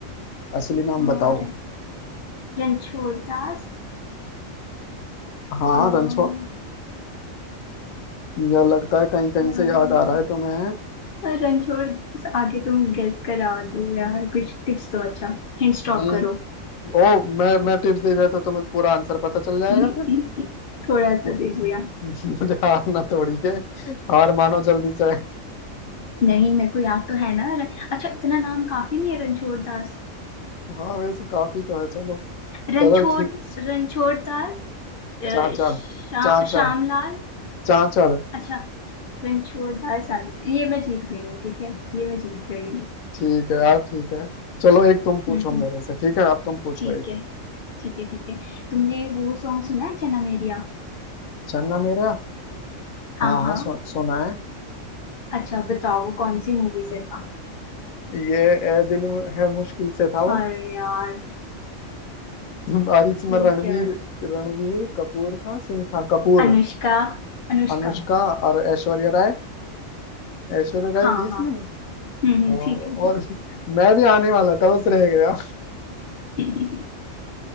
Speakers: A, on the left (about 80°); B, on the left (about 55°).
A: असली नाम
B: और
A: बताओ
B: रणछोड़ दास
A: हाँ
B: अ,
A: रणछोड़ या लगता है कहीं कहीं
B: अम,
A: से याद आ रहा है तुम्हें
B: रणछोड़ आगे तुम गेस करा दो यार कुछ टिप्स दो अच्छा हिंट स्टॉप
A: नहीं
B: करो
A: ओ मैं मैं टिप्स दे देता तो तुम्हें पूरा आंसर पता चल जाएगा
B: <laughs>
A: फिर
B: थोड़ा सा
A: <laughs>
B: दे दो यार
A: मुझे हारना थोड़ी है हार मानो जल्दी से
B: नहीं मेरे को याद तो है ना र- अच्छा इतना नाम काफी नहीं है रणछोड़ दास
A: हाँ वैसे काफी तो है चलो
B: रणछोड़
A: चलो ठीक
B: रणछोड़ दास अ,
A: चाचड़
B: शा,
A: चाचड़
B: श्यामलाल
A: चाचड़
B: अच्छा रणछोड़ दास आगे ये मैं जीत गई हूँ ठीक है ये मैं जीत गई हूँ
A: ठीक है यार ठीक है चलो एक तुम पूछो
B: हम्म हम्म,
A: मेरे से ठीक है अब तुम पूछो
B: ठीक
A: एक
B: है ठीक है ठीक है तुमने वो सॉन्ग सुना है जन्म एरिया
A: चलना मेरा
B: हाँ
A: हाँ
B: हाँ
A: हाँ सु, सुना है
B: अच्छा बताओ वो कौन सी मूवी से था
A: ये ए दिल है मुश्किल से था
B: अरे
A: वो
B: यार
A: <laughs> और इसमें
B: ठीक
A: रणवीर
B: है
A: रणवीर कपूर था सिंह था कपूर
B: अनुष्का अनुष्का
A: अनुष्का और ऐश्वर्या राय ऐश्वर्या राय
B: हाँ
A: थी इसमें
B: हाँ हम्म हम्म,
A: और
B: ठीक ठीक
A: और मैं भी आने वाला था बस रह गया
B: ठीक